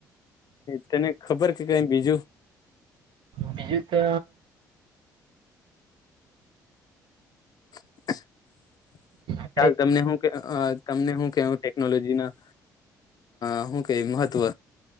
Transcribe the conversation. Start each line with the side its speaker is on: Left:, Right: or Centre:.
Left: તને ખબર કે કઈ બીજુ
Right: બીજું તો
Left: <unintelligible>
Right: હ
Left: ચાલ તમને શુ કે તમને શું કેું ટેકનોલોજી ના હ શું કે મહત્વ